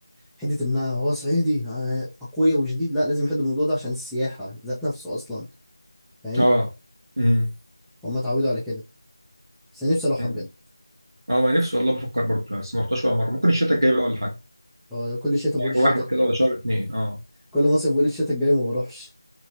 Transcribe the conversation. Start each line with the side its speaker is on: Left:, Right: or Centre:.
Centre: حدة إن هو صعيدي آه، أقوياء وشديد لا لازم يحدوا من الموضوع ده عشان السياحة ذات نفسه أصلا فاهم
Right: اه امم
Centre: هم اتعودوا على كده بس أنا نفسي أروحها
Right: أمم.
Centre: بجد
Right: اه ما نفسي والله بفكر برضه بس ما رحتش ولا مره ممكن الشتاء الجاي بقى ولا حاجه
Centre: هو كل شتاء
Right: شهر
Centre: بقول الشتاء
Right: واحد كده ولا شهر اتنين اه
Centre: كل مصيف بقول الشتاء الجاي ما بروحش